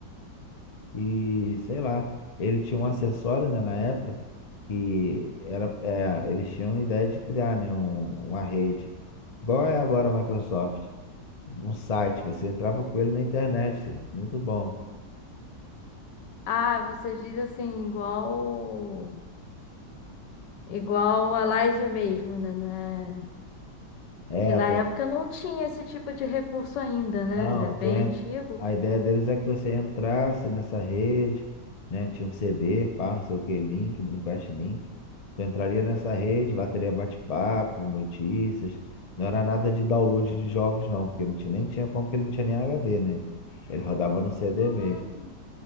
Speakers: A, on the left; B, on the left.
A: E, sei lá, ele tinha um acessório, né, na época, que era, é, eles tinham a ideia de criar, né, um- uma rede. Igual é agora a Microsoft. Um site, você entrava com ele na internet. Muito bom.
B: Ah, você diz assim, igual igual a live mesmo, né? né?
A: É,
B: Que
A: eu
B: na
A: tô,
B: época não tinha esse tipo de recurso ainda, né?
A: não,
B: Ele é
A: eu
B: bem
A: tô, en-
B: antigo.
A: a ideia deles é que você entrasse nessa rede, né? Tinha um CD, pá, não sei o que, link, Dreamcast Link. Tu entraria nessa rede, lá teria bate-papo, notícias. Não era nada de download de jogos, não, porque não tinha, nem tinha como que ele não tinha nem HD, né? Ele rodava no CD
B: Hum,
A: mesmo.